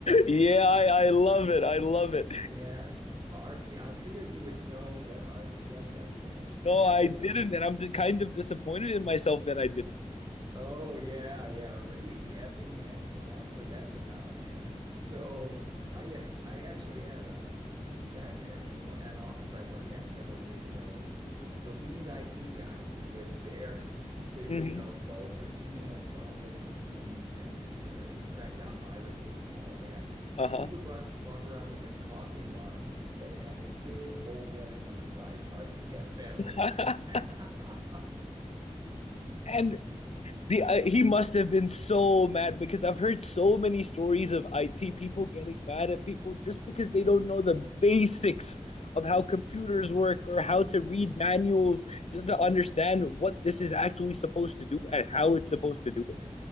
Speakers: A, on the left; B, on the right.
A: Yeah, I, I love it. I love it.
B: Yes, RT. I figured you would know what RTFM meant.
A: No, I
B: I
A: didn't,
B: we
A: and I'm just kind of disappointed in myself that I didn't.
B: Oh yeah, yeah. Read the effing manual. That's what that's about. And <laughs> so I I actually had a back in one- an office I worked at several years ago, the the, the lead IT guy who was there <laughs> to, you
A: Mhm.
B: know, solve your email problems and and uh, track down viruses and all of that.
A: Uh-huh.
B: He would walk walk around with this coffee mug that had in big bold letters on the side, RTFM.
A: <laughs>
B: <laughs>
A: and the uh, he must have been so mad because I've heard so many stories of IT people getting mad at people just because they don't know the basics of how computers work or how to read manuals just to understand what this is actually supposed to do and how it's supposed to do it.